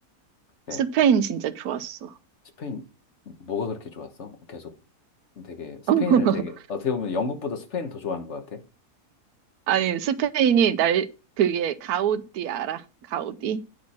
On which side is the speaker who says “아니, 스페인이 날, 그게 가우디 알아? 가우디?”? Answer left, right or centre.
Right